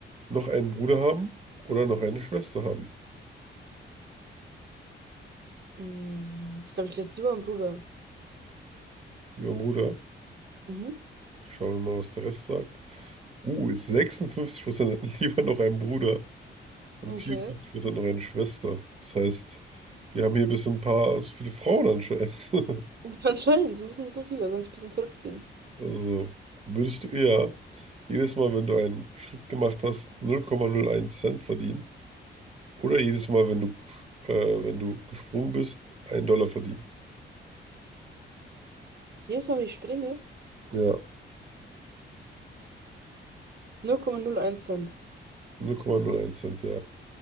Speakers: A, on the right; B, on the right.
A: noch einen Bruder haben oder noch eine Schwester haben?
B: Mm, Ich glaube, ich lebe lieber meinem Bruder.
A: Lieber Bruder,
B: Mhm.
A: schauen wir mal, was der Rest sagt. Uh, ist 56% hätten <laughs> lieber noch einen Bruder und
B: Okay.
A: 54% noch eine Schwester. Das heißt, wir haben hier bis ein paar, so viele Frauen anscheinend. <laughs>
B: <laughs> Anscheinend, es müssen so viele, sonst ein bisschen zurückziehen.
A: Also, würdest du eher jedes Mal, wenn du einen Schritt gemacht hast, null null Komma null eins Cent verdienen oder jedes Mal, wenn du, äh, wenn du gesprungen bist, einen Dollar verdienen?
B: Jedes Mal, wenn ich springe,
A: Ja, Null
B: 0,01 Cent.
A: null Komma null eins Cent, ja.